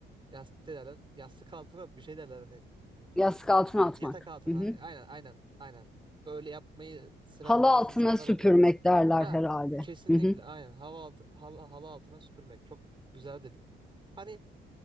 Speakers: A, on the right; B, in the centre.
A: Yastık derler. Yastık altına bir şey derler. Hani
B: Yastık altına atmak.
A: Yatak altına.
B: Hı hı.
A: Aynen aynen aynen. Öyle yapmayı seven
B: Halı
A: bazı
B: altına
A: insanlar
B: süpürmek
A: oluyor mesela.
B: derler
A: Ha
B: herhalde.
A: kesinlikle
B: Hı hı,
A: aynen. Hava altı, halı, halı altına süpürmek. Çok güzel dedin. Hani